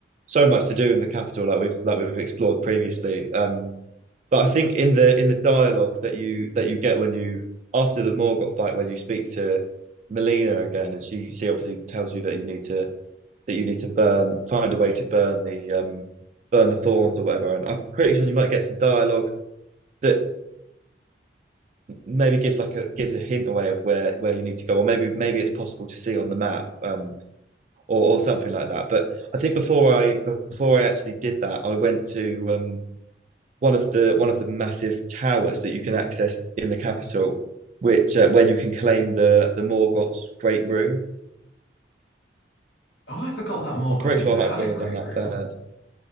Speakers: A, on the right (about 40°); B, on the left (about 65°).
A: so much to do in the capital like we've like we've explored previously. Um, But I think in the in the dialogue that you that you get when you after the Morgott fight where you speak to Melina again and she she obviously tells you that you need to that you need to burn find a way to burn the um burn the thorns or whatever and I'm pretty sure you might get some dialogue that maybe gives like a gives a hint away of where where you need to go or maybe maybe it's possible to see on the map um or or something like that but I think before I before I actually did that I went to um one of the one of the massive towers that you can access in the capital, which uh, where you can claim the the Morgoth's Great Room.
B: Oh, I forgot that Morgott
A: I'm pretty
B: even
A: sure
B: had
A: I might have gone
B: a great
A: and done that
B: rune.
A: first.